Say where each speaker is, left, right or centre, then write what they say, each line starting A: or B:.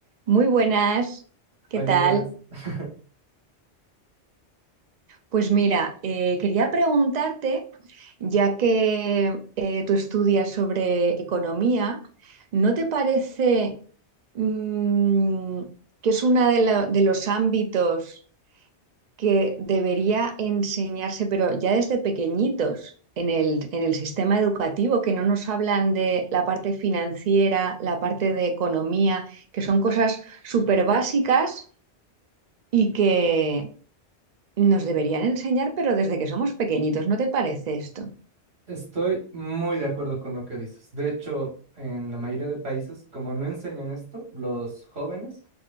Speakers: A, on the right; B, on the right.
A: Muy buenas, ¿qué
B: Buenas,
A: tal?
B: buenas. <laughs>
A: Pues mira, eh, quería preguntarte, ya que eh, tú estudias sobre economía, ¿no te parece mm, que es uno de, la- de los ámbitos que debería enseñarse, pero ya desde pequeñitos, en el, en el sistema educativo, que no nos hablan de la parte financiera, la parte de economía, que son cosas súper básicas? y que, Nos deberían enseñar, pero desde que somos pequeñitos, ¿no te parece esto?
B: Estoy muy de acuerdo con lo que dices. De hecho, en la mayoría de países, como no enseñan esto, los jóvenes